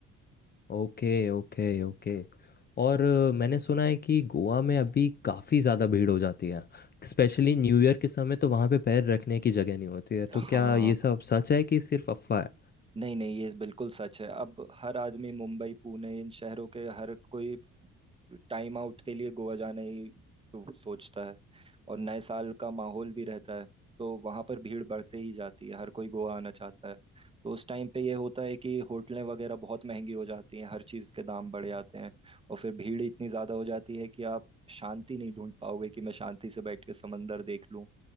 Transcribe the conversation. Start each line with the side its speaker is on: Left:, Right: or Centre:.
Left: Okay okay okay और अ, मैंने सुना है कि गोवा में अभी काफ़ी ज़्यादा भीड़ हो जाती है स्पेशली न्यू ईयर के समय तो वहाँ पे पैर रखने की जगह नहीं होती है
Right: हाँ
Left: तो क्या ये सब सच है कि सिर्फ अफवाह है
Right: नहीं नहीं ये बिल्कुल सच है अब हर आदमी मुंबई पुणे इन शहरों के हर कोई टाइम आउट के लिए गोवा जाने ही तो सोचता है और नए साल का माहौल भी रहता है तो वहां पर भीड़ बढ़ते ही जाती है हर कोई गोवा आना चाहता है तो उस टाइम पे ये होता है कि होटलें वगैरह बहुत महंगी हो जाती हैं हर चीज़ के दाम बढ़ जाते हैं और फिर भीड़ इतनी ज़्यादा हो जाती है कि आप शांति नहीं ढूंढ पाओगे कि मैं शांति से बैठ के समंदर देख लूं